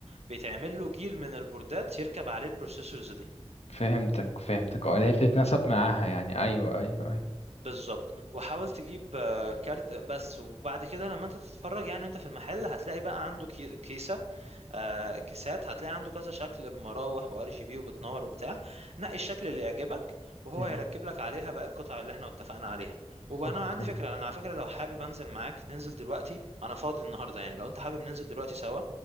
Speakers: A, on the right; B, on the left.
A: بيتعمل له جيل من البوردات يركب عليه البروسيسورز دي
B: فهمتك فهمتك اه اللي هي بتتناسب معاها يعني أيوة أيوة أيوة
A: بالظبط وحاول تجيب آه، كارت بس وبعد كده لما انت تتفرج يعني انت في المحل هتلاقي بقى عنده كي- كيسة آه، كيسات هتلاقي عنده كذا شكل بمراوح وار جي بي وبتنور وبتاع نقي الشكل اللي يعجبك وهو
B: مهم.
A: هيركب لك عليها بقى القطع اللي احنا اتفقنا عليها وبقى
B: أوكي
A: انا عندي فكرة انا على فكرة لو حابب انزل معاك ننزل دلوقتي انا فاضي النهاردة يعني لو انت حابب ننزل دلوقتي سوا